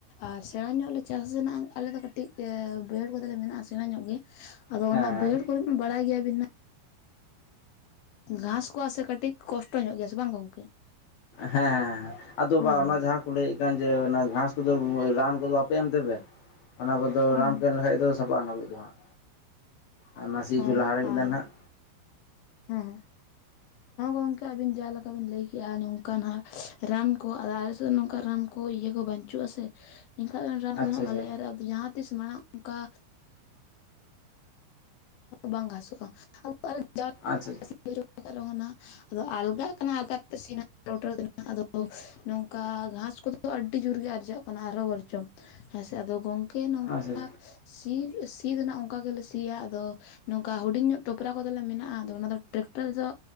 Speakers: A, on the left; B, on the left.
A: ᱟᱨ ᱥᱮᱬᱟ ᱧᱚᱜ ᱞᱮ ᱪᱟᱥᱟ ᱱᱟᱦᱟᱜ ᱟᱞᱮᱫᱚ ᱠᱟᱹᱴᱤᱡ ᱢᱤᱫᱴᱤᱡ ᱵᱟᱹᱭᱦᱟᱹᱲ ᱠᱚ ᱛᱟᱞᱮ ᱢᱮᱱᱟᱜᱼᱟ᱾ ᱥᱮᱬᱟ ᱧᱚᱜ ᱜᱮ ᱟᱫᱚ
B: ᱦᱮᱸ
A: ᱚᱱᱟ ᱵᱟᱹᱭᱦᱟᱹᱲ ᱠᱚᱨᱮ ᱵᱟᱲᱟᱭ ᱜᱮᱭᱟᱵᱤᱱ ᱜᱷᱟᱥ ᱠᱚᱜᱼᱟ ᱥᱮ ᱠᱟᱹᱴᱤᱡ ᱠᱚᱥᱴᱚ ᱧᱚᱜ ᱜᱮᱭᱟ ᱥᱮ ᱵᱟᱝ ᱜᱚᱝᱠᱮ
B: ᱦᱮᱸ ᱟᱫᱚ
A: ᱦᱚᱸ
B: ᱵᱟ ᱚᱱᱟ
A: ᱦᱚᱸ
B: ᱡᱟᱦᱟᱸ ᱞᱟᱹᱭᱮᱫ ᱠᱟᱱ ᱡᱮ ᱚᱱᱟ ᱜᱷᱟᱥ ᱠᱚᱫᱚ ᱨᱟᱱ ᱠᱚᱫᱚ ᱵᱟᱯᱮ ᱮᱢᱛᱮᱯᱮ ᱚᱱᱟ ᱠᱚᱫᱚ
A: ᱦᱩᱸ
B: ᱨᱟᱱ ᱠᱚ ᱞᱮᱠᱷᱟᱱᱡ ᱫᱚ ᱥᱟᱯᱟᱜᱼᱟ ᱱᱟᱵᱤᱡ ᱫᱚ ᱦᱟᱸᱜ ᱟᱨ ᱱᱟ ᱥᱤ
A: ᱦᱚᱸ
B: ᱪᱚ ᱞᱟᱦᱟᱨᱮ ᱢᱤᱫ
A: ᱟᱨ
B: ᱫᱟᱱ ᱦᱟᱸᱜ
A: ᱦᱮᱸ ᱦᱮᱸ ᱜᱚᱝᱠᱮ ᱟᱵᱤᱱ ᱡᱟ ᱞᱮᱠᱟ ᱵᱤᱱ ᱞᱟᱹᱭ ᱠᱮᱜᱼᱟ ᱚᱱᱠᱟᱱᱟᱜ ᱨᱟᱱ ᱠᱚ ᱟ ᱟᱞᱮ ᱥᱮᱫ ᱱᱚᱝᱠᱟ ᱨᱟᱱ ᱠᱚ ᱤᱭᱟᱹ ᱠᱚ ᱵᱟᱹᱱᱪᱩᱜᱼᱟ ᱥᱮ ᱮᱠᱷᱟᱱ ᱚᱱᱟ ᱨᱟᱱ ᱠᱚᱫᱚᱦᱟᱜ
B: ᱟᱪᱪᱷᱟ ᱟᱪᱪᱷᱟ
A: ᱵᱟᱞᱮ ᱮᱨᱟᱜᱼᱟ ᱡᱟᱦᱟᱸ ᱛᱤᱥ ᱢᱟᱲᱟᱝ ᱚᱱᱠᱟ ᱵᱟᱝ <inaudible> ᱜᱷᱟᱥᱚᱜᱼᱟ <inaudible>
B: ᱟᱪᱪᱷᱟ
A: <inaudible> ᱟᱫᱚ ᱟᱞᱜᱟᱜ ᱠᱟᱱᱟ ᱟᱞᱜᱟᱛᱮ ᱥᱮᱱᱟ <unintelligible> ᱟᱫᱚ ᱱᱚᱝᱠᱟ ᱜᱷᱟᱥ ᱠᱚᱫᱚ ᱟᱹᱰᱤ ᱡᱳᱨᱜᱮ ᱟᱨᱡᱟᱣᱟᱜ ᱠᱟᱱᱟ ᱟᱨᱚ ᱵᱟᱨᱡᱚᱝ ᱦᱮᱸ ᱥᱮ ᱟᱫᱚ ᱜᱚᱝᱠᱮ ᱱᱚᱝᱠᱟ
B: ᱟᱪᱪᱷᱟ ᱟᱪᱪᱷᱟ
A: ᱥᱤ ᱥᱤ ᱫᱚ ᱱᱟᱜ ᱚᱱᱠᱟ ᱜᱮᱞᱮ ᱥᱤᱭᱟ ᱟᱫᱚ ᱱᱚᱝᱠᱟ ᱦᱩᱰᱤᱧ ᱧᱚᱜ ᱴᱚᱯᱨᱟ ᱠᱚᱫᱚᱞᱮ ᱢᱮᱱᱟᱜᱼᱟ ᱟᱫᱚ ᱚᱱᱟ ᱫᱚ ᱴᱮᱠᱴᱟᱨ ᱡᱚ